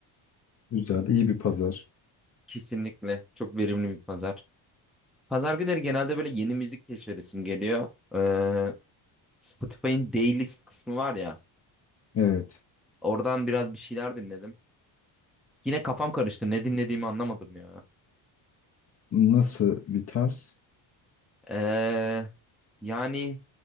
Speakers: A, on the left (about 35°); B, in the centre.
A: güzel. iyi bir pazar.
B: Kesinlikle çok verimli bir pazar. Pazar günleri genelde böyle yeni müzik keşfedesim geliyor. Ee, Spotify'ın Daylist kısmı var ya.
A: Evet.
B: Oradan biraz bir şeyler dinledim. Yine kafam karıştı. Ne dinlediğimi anlamadım ya.
A: Nasıl bir tarz?
B: Ee, yani